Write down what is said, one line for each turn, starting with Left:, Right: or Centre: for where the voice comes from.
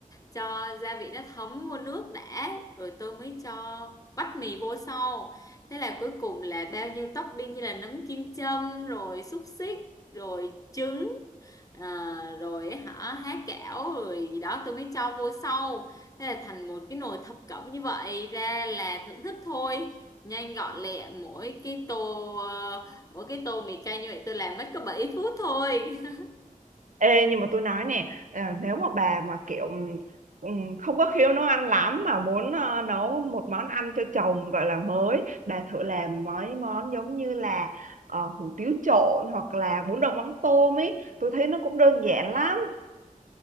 Left: cho gia vị nó thấm vô nước đã rồi tôi mới cho vắt mì vô sau thế là cuối cùng là bao nhiêu topping như là nấm kim châm rồi xúc xích rồi trứng À, rồi ấy hả há kẽo rồi gì đó tôi mới cho vô sau thế là thành một cái nồi thập cẩm như vậy ra là thưởng thức thôi nhanh gọn lẹ mỗi cái tô ờ, mỗi cái tô mì cay như vậy tôi làm mất có 7 phút thôi <laughs>
Right: Ê, nhưng mà tôi nói nè à, nếu mà bà mà kiểu ừm, ừm, không có khiếu nấu ăn lắm mà muốn ờ, nấu một món ăn cho chồng gọi là mới bà thử làm mấy món giống như là ờ, hủ tiếu trộn hoặc là bún đậu mắm tôm ấy tôi thấy nó cũng đơn giản lắm